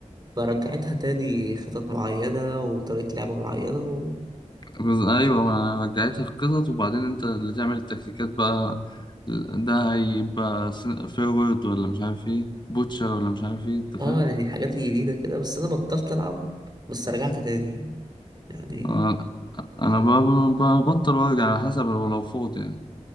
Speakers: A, on the right (about 35°); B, on the left (about 35°).
A: فرجعتها تاني خطط معينة وطريقة لعب معينة و...
B: بز- ايوه ما رجعتها القطط وبعدين انت اللي تعمل التكتيكات بقى ده هيبقى سن- فيرويد ولا مش عارف ايه بوتشر ولا مش عارف ايه انت فاهم
A: اه يعني حاجات جديدة كده بس أنا بطلت ألعب بس رجعت تاني يعني
B: انا أنا ب- ب- ببطل وارجع على حسب لو لو فوت يعني